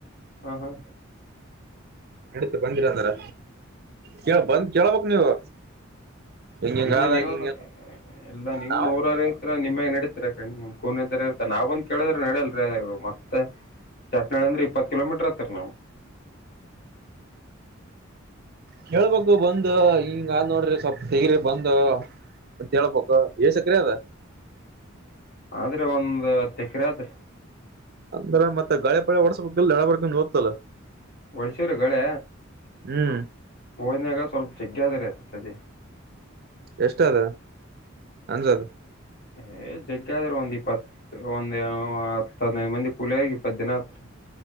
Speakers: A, on the left; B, on the right.
A: ಹ ಹಾ
B: ನಡೀತ ಬಂದಿರ ಅಂದಾರ ಕ ಬಂದ ಕೇಳ್ಬೇಕಕ್ ನೀವು ಹಿಂಗ
A: ಎಲ್ರ
B: ಹಿಂಗ ಆದ
A: ನೀವನು
B: ಹಿಂಗ
A: ಎಲ್ಲ ನೀವ
B: ನಾವ್
A: ನೂರಾರ ಹತ್ರ ನಿಮ್ಮಾಗ ನ ನಡತ್ ನಿಮ್ ಕೂನ ಇದ ಇರ್ತ ನಾವಂದ ಕೇಳಿದ್ರೆ ನಡಲ್ರಿೀರು ಮತ್ತೆ ಚಾಟ್ನಾಳ ಅಂದ್ರೆ ಇಪ್ಪತ್ತು ಕಿಲೋಮೀಟರ್ ಹತ್ರರ್ ನವು
B: ಕೇಳ್ಬೇಕು ಬಂದ ಹಿಂಗ ಆದ ನೋಡ್ರಿ ಸೊಪ್ಪ ತೆಗ್ರಿ ಬಂದ ೇಳ್ಬಬೇಕು ಸಕ್ರ ಅದ
A: ಆದ್ರೆ ಒಂದ ತೆಕರೆ ಆದ್ರ
B: ಅಂದ್ರ ಮತ್ತ ಗಳೆ ಪಡೆೆ ಹೊಡಸ್ಬೇಕಲ್ಲ ಎಡ ಬರ್ಕ ಹದ್ತಲ್ಲ
A: ಒಡ್ಸೂರು ಗಳೇ
B: ಹ್ಮ್
A: ಭೋಜನಾಗ ಸ್ವಲ್ಪ ಚಕ್ಕ ಯಾವ್ದರ ಆತ ಸದ
B: ಎಷ್ಟ ಅದ ಅಂಜದ
A: ಏ್ ಜಗ್ಗೆ ಆದ್ರೆ ಒಂದ್ ಇಪ್ಪತ್ತು ಒಂದ್ ಹತ್ತ ಹದ್ನೈದು್ ಮಂದಿ ಕೂಲಿಯ ಆಾಗಿಿ ಇಪ್ಪತ್ತು ದಿನ ಹತ್ರ